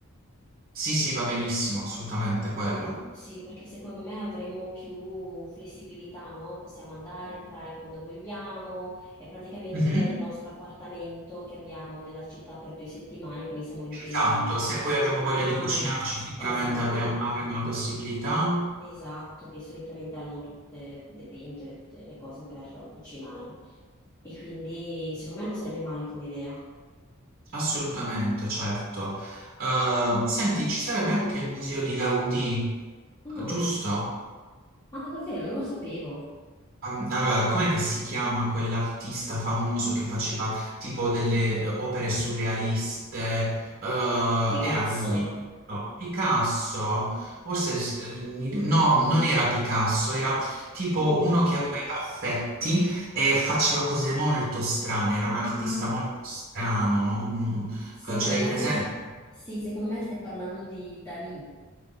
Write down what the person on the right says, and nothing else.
Sì, sì, va benissimo, assolutamente quello.
Mhm,
Esatto,
se poi
abbiamo voglia di cucinarci, sicuramente
abbiamo- avremo la possibilità.
Assolutamente, certo. Eh, senti, ci sarebbe anche il museo di Gaudì,
giusto?
Am- Allora, com'è che si chiama quell'artista famoso che faceva tipo delle eh, opere surrealiste? Eh,
era lui, giusto? Picasso? Forse, s- eh, mi- no, non era Picasso, era tipo
uno che aveva i baffetti e faceva cose molto strane, era
un artista molto strano, non... non-
eh, ce l'hai
presente?